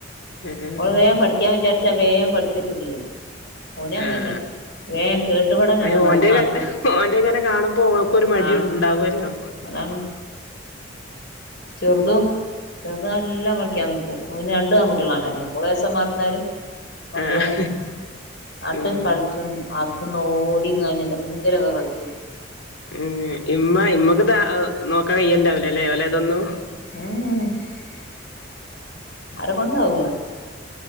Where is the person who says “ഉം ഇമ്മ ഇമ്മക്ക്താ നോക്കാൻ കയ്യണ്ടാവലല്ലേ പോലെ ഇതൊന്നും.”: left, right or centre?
Left